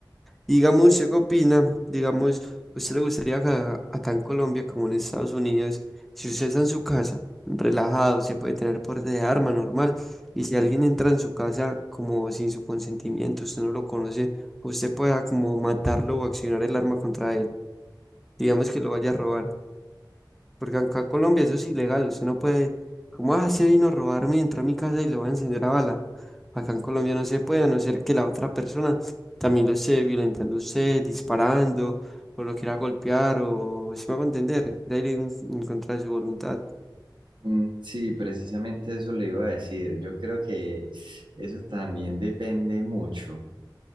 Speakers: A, in the centre; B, on the right.
A: Y digamos, ¿usted qué opina? Digamos, ¿usted le gustaría acá, acá en Colombia, como en Estados Unidos, si usted está en su casa, relajado, se puede tener por de arma normal, y si alguien entra en su casa como sin su consentimiento, usted no lo conoce, usted pueda como matarlo o accionar el arma contra él, digamos que lo vaya a robar? Porque acá en Colombia eso es ilegal, usted no puede, ¿cómo ah, se vino a robarme? Entró a mi casa y lo va a encender a bala. Acá en Colombia no se puede, a no ser que la otra persona también lo esté violentando a usted, disparando, o lo quiera golpear, o si me hago entender, de ir en, en contra de su voluntad.
B: Mm, Sí, precisamente eso le iba a decir. Yo creo que eso también depende mucho.